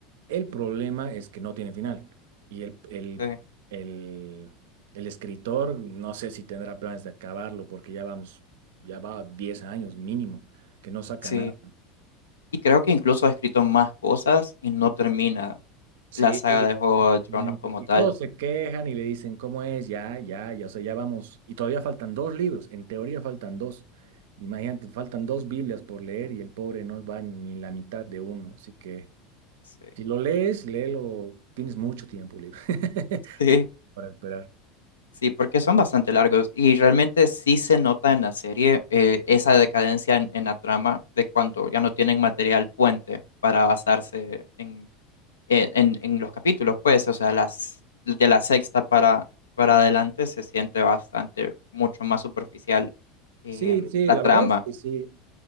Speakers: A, on the right (about 65°); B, on the left (about 80°).
A: El problema es que no tiene final. Y el, el,
B: sí,
A: el, el escritor, no sé si tendrá planes de acabarlo, porque ya vamos, ya va 10 años mínimo, que no saca
B: sí.
A: nada.
B: Y creo que incluso ha escrito más cosas y no termina
A: Sí,
B: la saga de Juego
A: Exactamente.
B: de Tronos como
A: Y
B: tal.
A: todos se quejan y le dicen, ¿cómo es? Ya, ya, ya, o sea, ya vamos. Y todavía faltan dos libros, en teoría faltan dos. Imagínate, faltan dos Biblias por leer y el pobre no va ni la mitad de uno. Así que
B: Sí,
A: si lo lees, léelo, tienes mucho tiempo libre, <laughs>
B: <laughs> sí,
A: mucho tiempo para esperar.
B: sí, porque son bastante largos y realmente sí se nota en la serie eh, esa decadencia en, en la trama de cuando ya no tienen material puente para basarse en eh, en, en los capítulos, pues, o sea, las, de la sexta para, para adelante se siente bastante, mucho más superficial eh,
A: Sí, sí,
B: la
A: la
B: trama.
A: verdad es que sí.